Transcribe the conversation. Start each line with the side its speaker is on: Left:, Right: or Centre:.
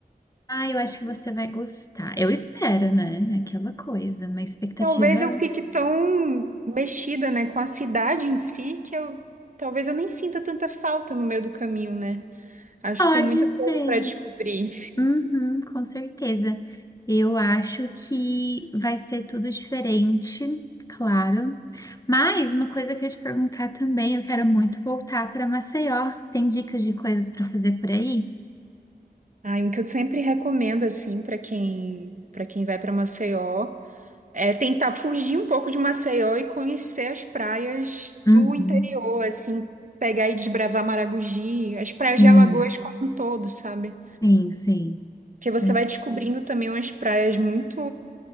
Left: Ah, eu acho que você vai gostar. Eu espero, né? Aquela coisa, uma expectativa
Right: Talvez eu fique tão mexida, né, com a cidade em si, que eu talvez eu nem sinta tanta falta no meio do caminho, né? Acho
Left: pode
Right: que tem muita coisa
Left: ser.
Right: para descobrir.
Left: Uhum, com certeza. Eu acho que vai ser tudo diferente, claro. Mas uma coisa que eu ia te perguntar também, eu quero muito voltar para Maceió. Tem dicas de coisas para fazer por aí?
Right: Ah, e um que eu sempre recomendo assim para quem para quem vai para Maceió é tentar fugir um pouco de Maceió e conhecer as praias
Left: Uhum.
Right: do interior, assim, pegar e desbravar Maragogi, as praias
Left: Sim,
Right: de Alagoas como um todo, sabe?
Left: sim, sim.
Right: Porque você
Left: É-
Right: vai descobrindo também umas praias muito